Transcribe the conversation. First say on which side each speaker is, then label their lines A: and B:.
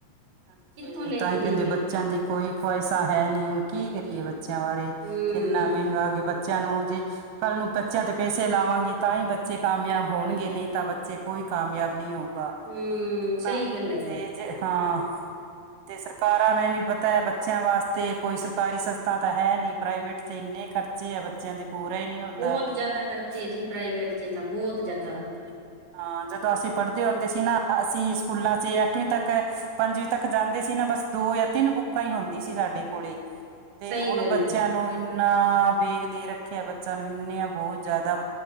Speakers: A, on the right; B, on the right.
A: ਹਾਂਜੀ
B: ਕਿੱਥੋਂ ਲੈ
A: ਤਾਂ
B: ਕੇ
A: ਈ
B: ਦੇਈਏ
A: ਕਹਿੰਦੇ ਬੱਚਿਆਂ ਦੀ ਕੋਈ ਖਵਾਹਿਸ਼ਾਂ ਹੈ ਨੀ ਹੁਣ ਕੀ ਕਰੀਏ ਬ ਬੱਚਿਆਂ ਬਾਰੇ
B: ਹੂੰ
A: ਇੰਨਾ ਮਹਿੰਗਾ ਕਿ ਬੱਚਿਆਂ ਨੂੰ ਜੇ ਕੱਲ ਨੂੰ ਬੱਚਿਆਂ ਤੇ ਪੈਸੇ ਲਾਵਾਂਗੇ ਤਾਂ ਹੀ ਬੱਚੇ ਕਾਮਯਾਬ ਹੋਣਗੇ ਨੀ ਤਾਂ ਬੱਚੇ ਕੋਈ ਕਾਮਯਾਬ ਨਹੀਂ ਹੋਊਗਾ
B: ਹੂੰ
A: ਹਨਾ,
B: ਸਹੀ ਗੱਲ ਹੈ ਜੀ
A: ਤੇ ਜੇ ਹਾਂ ਤੇ ਸਰਕਾਰਾਂ ਨੇ ਨੀ ਪਤਾ ਏ ਬੱਚਿਆਂ ਵਾਸਤੇ ਕੋਈ ਸਰਕਾਰੀ ਸੰਸਥਾ ਤਾਂ ਹੈ ਨਈ ਪ੍ਰਾਈਵੇਟ ਤੇ ਇੰਨੇ ਖਰਚ। ਬੱਚੇ ਆ ਬੱਚਿਆਂ ਦੇ ਪੂਰੇ ਹੀ ਨਹੀਂ ਹੁੰਦਾ
B: ਬਹੁਤ ਜਾਦਾ ਖਰਚੇ ਜੀ
A: ਹੂੰ,
B: ਪ੍ਰਾਈਵੇਟ
A: ਹਾਂਜੀ,
B: ਚ ਤਾਂ ਬਹੁਤ ਜਾਦਾ
A: ਹਾਂਜੀ। ਹਾਂ ਜਦੋਂ ਅਸੀਂ ਪੜ੍ਹਦੇ ਹੁੰਦੇ ਸੀ ਨਾ ਅਸੀਂ ਸਕੂਲਾਂ ਚ ਅੱਠਵੀਂ ਤੱਕ ਪੰਜਵੀਂ ਤੱਕ ਜਾਂਦੇ ਸੀ ਨਾ ਬਸ ਦੋ ਜਾਂ ਤਿੰਨ ਬੁੱਕਾਂ ਹੀ ਹੁੰਦੀ ਸੀ ਸਾਡੇ ਕੋਲੇ। ਤੇ
B: ਸਹੀ
A: ਹੁਣ
B: ਗੱਲ
A: ਬੱਚਿਆਂ
B: ਹੈ
A: ਨੂੰ ਇੰਨਾ ਬੇਗ ਦੇ ਰੱਖਿਆ ਬੱਚਿਆਂ ਨੂੰ ਇੰਨੀਆਂ ਬਹੁਤ ਜ਼ਿਆਦਾ